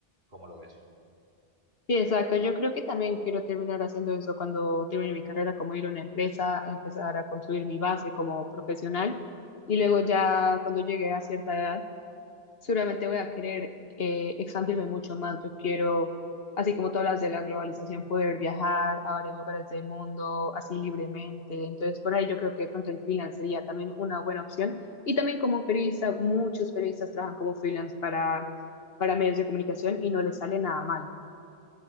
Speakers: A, on the right (about 50°); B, on the left (about 70°).
A: ¿Cómo lo ves?
B: Sí, exacto. Yo creo que también quiero terminar haciendo eso cuando termine mi carrera, como ir a una empresa, empezar a construir mi base como profesional y luego ya cuando llegue a cierta edad, seguramente voy a querer eh, expandirme mucho más. Yo quiero, así como todas las de la globalización, poder viajar a varios lugares del mundo así libremente. Entonces, por ahí yo creo que de pronto el freelance sería también una buena opción. Y también como periodista, muchos periodistas trabajan como freelance para, para medios de comunicación y no les sale nada mal.